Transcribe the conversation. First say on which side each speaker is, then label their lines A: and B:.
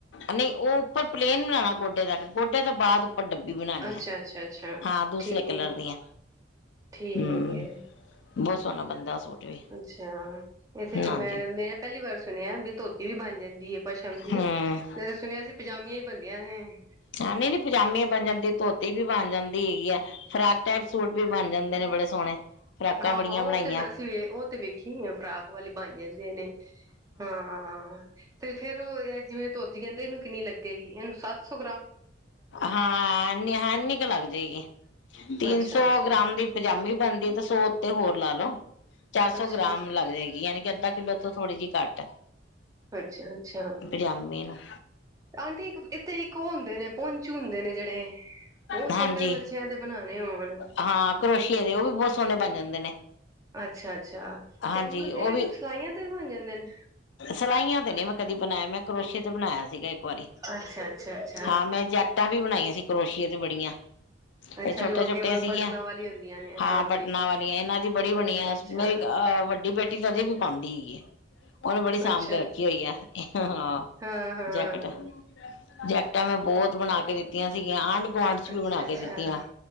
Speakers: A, on the left; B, on the right.
A: ਨਹੀਂ ਉਹ ਉੱਪਰ ਪਲੇਨ ਬਣਾਉਣਾ ਗੋਡੇ ਦਾ ਗੋਢੇ ਤੋਂ ਬਾਅਦ ਉੱਪਰ ਡੱਬੀ ਬਣਾਉਣੀ
B: ਅੱਛਾ-ਅੱਛਾ,
A: ਆ
B: ਅੱਛਾ ਅੱਛਾ
A: ਹਾਂ ਦੂਸਰੇ
B: ਠੀਕ
A: ਕਲਰ ਦੀਆਂ
B: ਠੀਕ
A: ਹਮ
B: ਏ
A: ਬਹੁਤ ਸੋਹਣਾ ਬੰਦਾ ਉਸ ਸੂਟ ਵੀ
B: ਅੱਛਾ ਇੱਥੇ ਫ
A: ਹਾਂਜੀ
B: ਮੈਂ ਮੈਂ ਪਹਿਲੀ ਵਾਰ ਸੁਣਿਆ ਵੀ ਧੋਤੀ ਵੀ ਬਣ ਜਾਂਦੀ ਹੈ ਪਸ਼ਮ ਦੀ
A: ਹਮ
B: ਮ ਸੁਣਿਆ ਸੀ ਪਜਾਮੀਆਂ ਬੰਦੀਆਂ ਏਂਂ
A: ਹਾਂ ਨਹੀਂ-ਨਹੀਂ ਪਜਾਮੇ ਬਣ ਜਾਂਦੇ ਧੋਤੀ ਵੀ ਬਣ ਜਾਂਦੀ ਹੈਗੀ ਆ ਫਰਾਕ ਟੈਪ ਸੂਟ ਵੀ ਬਣ ਜਾਂਦੇ ਨੇ ਬੜੇ ਸੋਹਣੇ ਫਰਾਕਾਂ
B: ਹਾਂ-ਹਾਂ
A: ਬੜੀਆਂ
B: ਉਹ
A: ਬਣਾਈਆਂ
B: ਤੇ ਅਸੀਂ ਉਹ ਤੇ ਵੇਖੀ ਫਰਾਕ ਵਾਲੀ ਬਣ ਜਾਂਦੀ ਨੇ ਹਾਂ ਤੇ ਫੇਰ ਉਹ ਜਿਵੇਂ ਧੋਤੀ ਕਹਿੰਦੇ ਇਹਨੂੰ ਕਿੰਨੀ ਲੱਗੇਗੀ ਇਹਨੂੰ ਸੱਤ ਸੋ
A: ਹਾਂ ਨ ਇੰਨੀ ਕੁ ਲੱਗ ਜਾਏਗੀ ਤਿੰਨ
B: ਅੱਛਾ
A: ਸੌ
B: ਅੱਛਾ
A: ਗ੍ਰਾਮ ਦੀ ਪਜਾਮੀ ਬਣਦੀ ਤੇ ਸੋ ਉੱਤੇ ਹੋਰ ਲਾ ਲੋਓ ਚਾਰ ਸੌ
B: ਅੱਛਾ
A: ਗ੍ਰਾਮ ਲੱਗ ਜਾਏਗੀ ਯਾਨੀ ਕਿ ਅੱਧਾ ਕਿੱਲੋ ਤੋਂ ਥੋੜ੍ਹੀ ਜਿਹੀ ਘੱਟ
B: ਅੱਛਾ-ਅੱਛਾ
A: ਪਜਾਮੀ ਨੂੰ
B: ਆਂਟੀ ਇੱਥੇ ਇੱਕ ਉਹ ਹੁੰਦੇ ਨੇ ਪਹੁੰਚ ਹੁੰਦੇ ਨੇ ਜਿਹੜੇ ਉਹ
A: ਹਾਂਜੀ
B: ਛੋਟੇ ਬੱਚਿਆਂ ਦੇ ਬਣਾਉਣੇ ਹੋਣ
A: ਹਾਂ ਕਰੋਸ਼ੀਏ ਦੇ ਉਹ ਵੀ ਬਹੁਤ ਸੋਹਣੇ ਬਣ ਜਾਂਦੇ ਨੇ
B: ਅੱਛਾ-ਅੱਛਾ
A: ਹਾਂਜੀ
B: ਤੇ ਹਣ
A: ਉਹ
B: ਇਹਦੇ ਵੀ ਸਲਾਈਆਂ ਤੇ ਬਣ ਜਾਂਦੇ ਨੇ
A: ਸਲਾਈਆਂ ਤੇ ਨੇ ਮੈਂ ਕਦੀ ਬਣਾਇਆ ਮੈਂ ਕਰੋਸੀ਼ਏ ਤੇ ਬਣਾਇਆ ਸੀਗਾ ਇੱਕ ਵਾਰੀ
B: ਅੱਛਾ-ਅੱਛਾ-ਛ
A: ਹਾਂ ਮੈਂ ਜੈਕਟਾਂ ਵੀ ਬਣਾਈਆਂ ਸੀ ਕਰੋਸ਼ੀਆ ਤੇ ਬੜੀਆਂ
B: ਅੱਛਾ
A: ਇਹ ਛੋਟੇ-ਛੋਟੇ
B: ਜੋ ਅੱਗੇ
A: ਸੀਗੀਆਂ
B: ਬਟਨਾਂ ਵਾਲੀ ਹੁੰਦੀਆਂ ਨੇ ਅੱਗੋਂ
A: ਹਾਂ
B: ਦੀ
A: ਬਟਨਾ ਵਾਲੀਆਂ ਇਹਨਾਂ ਦੀ ਬੜੀ
B: ਅੱਛਾ-ਅੱਛਾ
A: ਬਣੀ ਆ ਮੇਰੀ ਵੱਡੀ ਬੇਟੀ ਤਾਂ ਅਜੇ ਵੀ ਪਾਉਂਦੀ ਏ ਉਹ ਤੇ ਬੜੀ ਸਾਂਭ
B: ਅੱਛਾ
A: ਕੇ ਰੱਖੀ ਹੋਈ ਆ ਹਾਂ
B: ਹਾਂ-ਹਾਂ
A: ਜੈਕਟ ਜੈਕ ਮੈਂ ਬਹੁਤ
B: ਹਾਂ
A: ਬਣਾ ਕੇ ਦਿੱ ਆਂ ਸੀਗੀਆਂ ਆਂਢ ਗੁਆਂਢ ਚ ਵੀ
B: ਅੱਛਾ-ਅੱਛਾ
A: ਬਣਾ ਕੇ ਦਿੱਤੀਆਂ